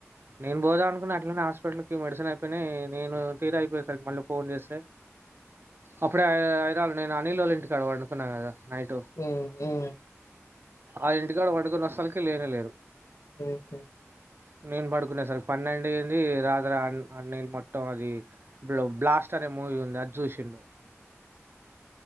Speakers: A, on the right; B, on the left.
A: నేను పోదా అనుకు అట్లానే హాస్పిటల్కి మెడిసిన్ అయిపోయినాయి నేను తీర అయిపోయే సరికి మళ్ళీ ఫోన్ చేస్తే. అప్పుడే ఐదుళ్ళ నేను అనిల్ వాళ ఇంటి కడ అనుకున్నాను కదా నైట్.
B: ఊ ఉ.
A: ఆ ఇంటికాడ వండుకొని వస్తలకి లేనే లేరు.
B: ఉహు
A: నేను పడుకునే సరికి పన్నెండు ఏంది రాత్ర అన్నీళ్ళు మొట్టం అది. ఇప్పుడు బ్లాస్ట్ అనే మూవీ ఉంది అది చూసిండు.